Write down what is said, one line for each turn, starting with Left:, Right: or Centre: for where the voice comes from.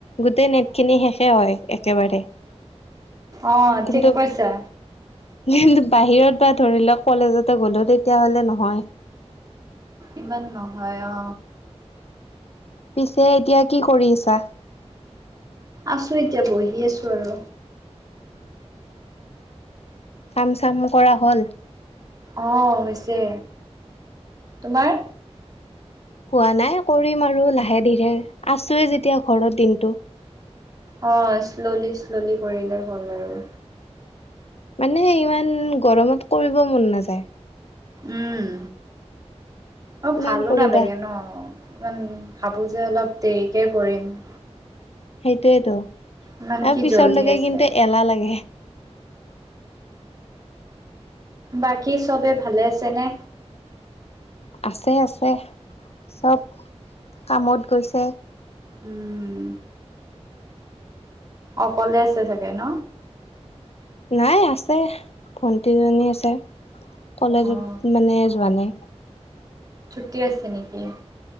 Left: গোটেই নেট খিনি শেষে হয় একেবাৰে।
Right: অ
Left: কিন্তু
Right: ঠিক কৈছা।
Left: কিন্তু বাহিৰত বা ধৰি লওক কলেজতে গ'লো তেতিয়াহলে নহয়।
Right: ইমান নহয় অ।
Left: পিছে এতিয়া কি কৰি আছা? উ <inaudible>
Right: আছো এতিয়া বহি আছো আৰু।
Left: কাম চাম কৰা হ'ল?
Right: অহ হৈছে, তোমাৰ?
Left: হোৱা নাই, কৰিম আৰু লাহে দিহে। আছোৱে যেতিয়া ঘৰত দিনতটো।
Right: অ শ্ল'লি শ্ললি কৰিলে হ'ল আৰু।
Left: মানে ইমান গৰমত কৰিব মন নাযায়।
Right: উম। অ
Left: কিমান
Right: ভালো
Left: কৰিবা।
Right: নালাগে ন, ইমান ভাবো যে অলপ। দেৰিকে কৰিম <inaudible>
Left: সেইটোৱেটো আৰু
Right: ইমান কি
Left: পিছৰ
Right: জল্দি
Left: লৈকে
Right: আছে,
Left: কিন্তু এলাহ লাগে।
Right: বাকী চবে ভালে আছেনে?
Left: আছে আছে চব কামত গৈছে।
Right: উম অকলে আছে চাগে? কে ন?
Left: নাই আছে, ভণ্টিজনী আছে। কলেজত
Right: অ',
Left: মানে যোৱা নাই।
Right: ছুট্টি আছে নেকি